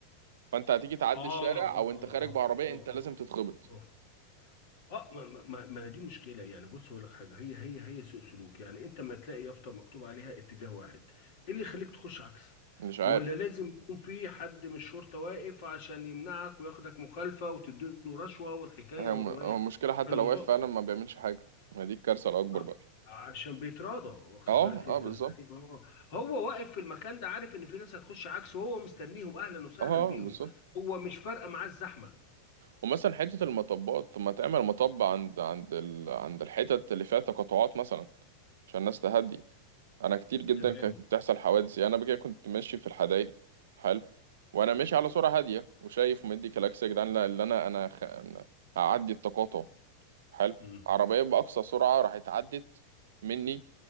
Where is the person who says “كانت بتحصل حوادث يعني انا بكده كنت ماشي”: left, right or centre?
Right